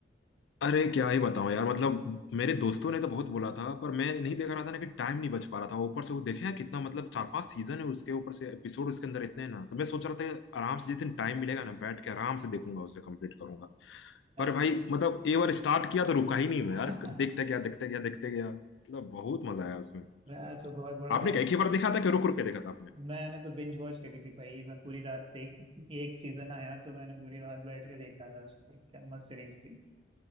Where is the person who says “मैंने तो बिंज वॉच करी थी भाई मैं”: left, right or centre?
Right